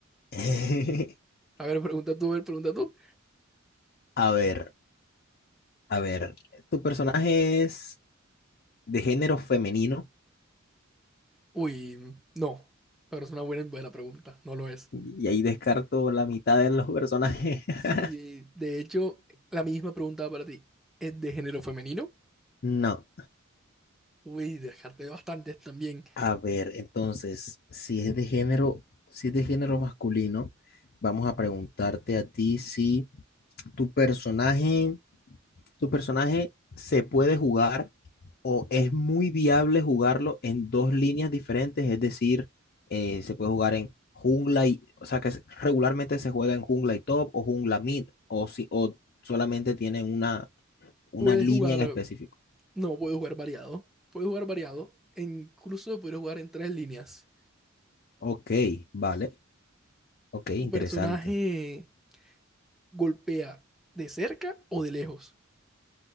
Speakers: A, on the left; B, in the centre.
A: <laughs>
B: A ver, pregunta tú, a ver, pregunta tú.
A: A ver, a ver. Tu personaje es de género femenino
B: Uy, no, pero es una buena, buena pregunta, no lo es.
A: y ahí descarto la mitad de los personajes. <laughs>
B: Sí, de hecho, la misma pregunta para ti. ¿Es de género femenino?
A: No.
B: Uy, dejarte bastantes también.
A: A ver, entonces, si es de género, si es de género masculino, vamos a preguntarte a ti si tu personaje, tu personaje se puede jugar o es muy viable jugarlo en dos líneas diferentes, es decir, eh, se puede jugar en jungla y, o sea, que se- regularmente se juega en jungla y top o jungla mid o si o solamente tienen una una
B: Puedes
A: línea
B: jugar,
A: en específico.
B: no, puedes jugar variado. Puedes jugar variado. e Incluso puedes jugar en tres líneas.
A: Ok, vale. Ok, interesante.
B: ¿Tu personaje golpea de cerca o de lejos?